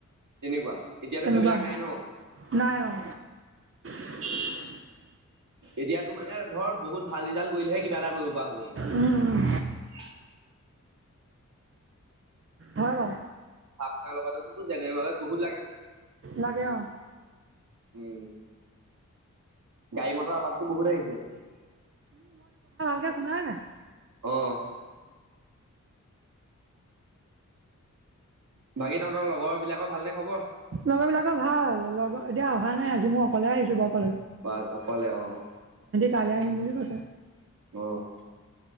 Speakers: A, on the right; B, on the right.
A: তেনেকুৱা। এতিয়াতো
B: তেনেকুৱা
A: সেইবিলাক নাই ন?
B: নাই অ' <unintelligible>
A: এতিয়াাতো মানে ধৰ বহুত ভাল ৰিজাল্ট কৰিলেহে কি কিবা এটা কৰিব পৰা হ'ব গে।
B: উম উম হয় বাৰু।
A: আপোনাৰ লোকৰটো জেনেৰেল নলেজ বহুত লাগে?
B: লাগে অ'
A: উম'। গাড়ী মটৰ আৱছতটো বহুত আহিছে
B: এয়া শুনাই নাই?
A: অ'। বাকী তহঁতৰ লগৰ বিলাকৰ ভালনে খবৰ
B: লগৰ বিলাকৰ ভাল লগৰ এতিয়া হয় নাই আজি মই অকলে আহিছোঁ বাৰু।
A: বা অকলে অ'।
B: কালিলৈ আহিম বুলি কৈছে
A: অ',